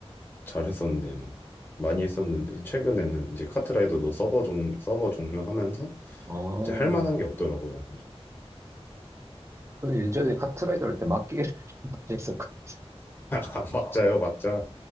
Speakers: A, on the left; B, on the right.
A: 잘했었는데 막 많이 했었는데
B: 음.
A: 최근에는 이제 카트라이더도 서버 종 서버 종료하면서
B: 아.
A: 이제 할 만한 게 없더라고요.
B: 저는 예전에 카트라이더 할 때 막기를 <laughs> 좀 많이 했었거든요.
A: <laughs> 막자요, 막자.